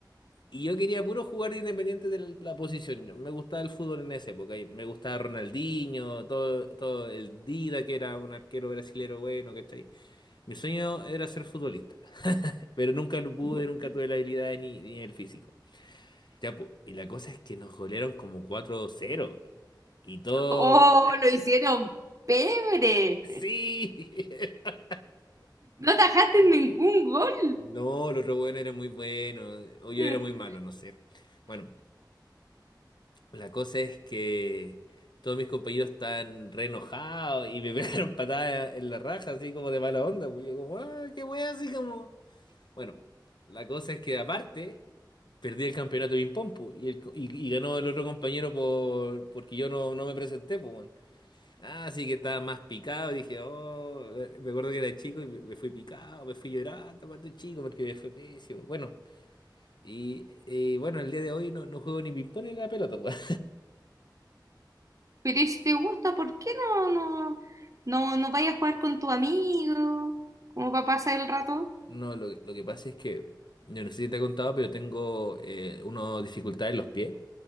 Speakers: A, on the left; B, on the right.
A: Y yo quería puro jugar independiente de la posición. Me gustaba el fútbol en esa época. y Me gustaba Ronaldinho, todo, todo el Dida, que era un arquero brasilero bueno, ¿cachai? Mi sueño era ser futbolista, <laughs> pero nunca lo pude,
B: <laughs>
A: nunca tuve la habilidad ni, ni el físico. Ya, po, y la cosa es que nos golearon como cuatro cero Y todo...
B: Oh, lo hicieron pebre.
A: ¡Sí! <laughs>
B: No atajaste ningún gol.
A: No, los otro bueno era muy bueno, o yo
B: <laughs>
A: era muy malo, no sé. Bueno, La cosa es que todos mis compañeros están re enojados y me <laughs> pegaron patadas en la raja, así como de mala onda. Pues yo como, ah, qué wea, así como... Bueno, la cosa es que aparte perdí el campeonato de ping-pong pu, y, el co- y, y ganó el otro compañero por, porque yo no, no me presenté. Pues, weón. Ah, así que estaba más picado. Dije, oh, me acuerdo que era chico y me, me fui picado, me fui llorando cuando chico porque me fue pésimo. Bueno, y, y bueno, el día de hoy no, no juego ni ping-pong ni la pelota. pues.
B: Pero ¿y si te gusta, ¿por qué no, no, no, no vayas a jugar con tu amigo? Como para pasar el rato.
A: No, lo, lo que pasa es que, yo no sé si te he contado, pero tengo eh, una dificultad en los pies.